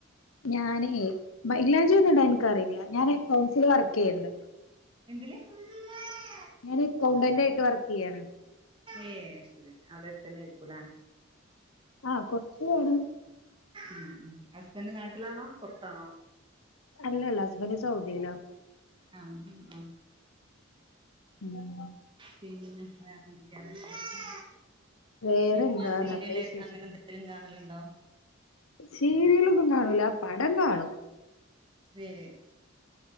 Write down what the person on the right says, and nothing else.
എന്തില് <inaudible>
ഏയ് ശരി അവിടെത്തന്നെ ഇരിക്കൂല
ഉം ഉം ഹസ്ബൻഡ് നാട്ടിലാണോ പുറത്താണോ
ആഹ് ആഹ
പിന്നെ വേറെന്തൊക്കെയാന്ന് വിശേഷം
സിനിമ സീരിയല്
അങ്ങനെ എന്ത് ലിം കാണലുണ്ടോ
ഏ